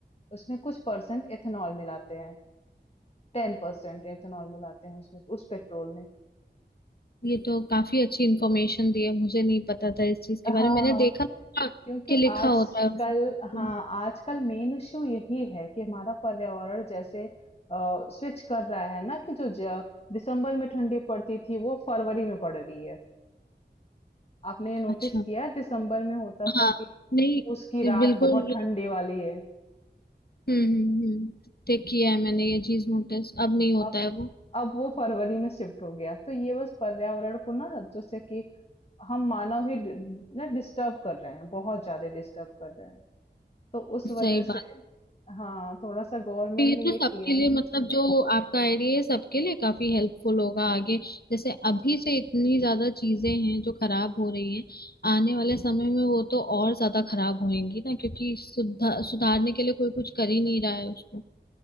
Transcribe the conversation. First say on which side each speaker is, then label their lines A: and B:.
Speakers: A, on the left; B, on the left.
A: उसमें कुछ परसेंट एथेनॉल मिलाते हैं टेन परसेंट एथेनॉल मिलाते हैं उसमें उस पेट्रोल में
B: ये तो काफी अच्छी इंफॉर्मेशन दी है मुझे नहीं पता था इस चीज
A: हाँ
B: के बारे में मैंने
A: हाँ
B: देखा था
A: क्योंकि
B: कि लिखा
A: आजकल
B: होता है उसमें।
A: हाँ आजकल मेन इश्यू यही है कि हमारा पर्यावरण जैसे स्विच कर रहा है ना कि जो ज- दिसंबर में ठंडी पड़ती थी वो फरवरी में पड़ रही है आपने ये नोटिस
B: अच्छा
A: किया है दिसंबर में होता
B: हाँ
A: था कि
B: नहीं
A: उसकी रात
B: बिल्कुल
A: बहुत
B: ये
A: ठंडे वाली है
B: हम्म हम्म हम्म। ठीक किया है मैंने ये चीज नोटिस अब नहीं होता
A: अब
B: है वो
A: अब वो फरवरी में शिफ्ट हो गया तो ये बस पर्यावरण को ना जैसे कि हम मानव ही डि- ना डिस्टर्ब कर रहे हैं बहुत ज्यादा डिस्टर्ब कर रहे हैं तो उस
B: सही
A: वजह
B: बात
A: से हाँ थोड़ा सा गवर्नमेंट
B: तो ये
A: ने
B: तो
A: ये
B: सबके
A: किया
B: लिए
A: है
B: मतलब जो आपका आइडिया है सबके लिए काफी हेल्पफुल होगा आगे जैसे अभी से इतनी ज्यादा चीजें हैं जो खराब हो रही हैं आने वाले समय में वो तो और ज्यादा खराब होंगी ना क्योंकि सुधार सुधारने के लिए कोई कुछ कर ही नहीं रहा है उसको